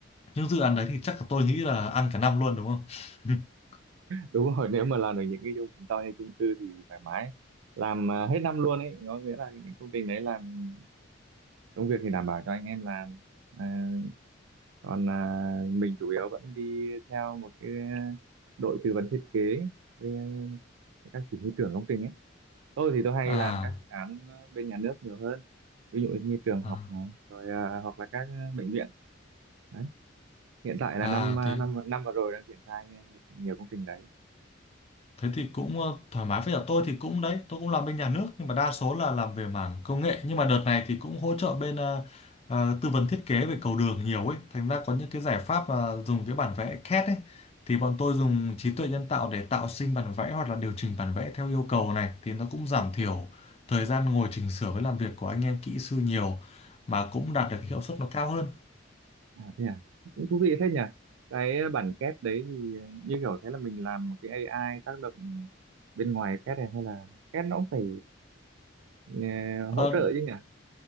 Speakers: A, on the left; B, on the right.
A: những dự án đấy thì chắc là tôi nghĩ là ăn cả năm luôn đúng không? <laughs>
B: đúng rồi nếu mà làm được những cái công trình to như chung cư thì thoải mái làm à, hết năm luôn ấy có nghĩa là những công trình đấy làm công việc thì đảm bảo cho anh em làm à, còn à, mình chủ yếu vẫn đi theo một cái đội tư vấn thiết kế với à, các chỉ huy trưởng công trình ấy tôi thì tôi hay
A: À,
B: làm các dự án bên nhà nước nhiều hơn ví dụ như trường
A: à,
B: học này, rồi à, hoặc là các à, bệnh viện đấy hiện tại là
A: à
B: năm à,
A: thế
B: năm năm vừa rồi đang triển khai nhiều công trình đấy
A: thế thì cũng ờ, thoải mái với cả tôi thì cũng đấy tôi cũng làm bên nhà nước nhưng mà đa số là làm về mảng công nghệ nhưng mà đợt này thì cũng hỗ trợ bên ờ, ờ, tư vấn thiết kế về cầu đường nhiều ấy thành ra có những cái giải pháp mà dùng cái bản vẽ CAD ấy thì bọn tôi dùng trí tuệ nhân tạo để tạo sinh bản vẽ hoặc là điều chỉnh bản vẽ theo yêu cầu này thì nó cũng giảm thiểu thời gian ngồi chỉnh sửa với làm việc của anh em kỹ sư nhiều mà cũng đạt được hiệu suất nó cao hơn
B: À thế à, cũng thú vị phết nhỉ. Cái bản két đấy thì ờ, như kiểu thế là mình làm một cái AI tác động bên ngoài két này hay là két nó cũng phải ờ,
A: Ờ,
B: hỗ trợ chứ nhỉ?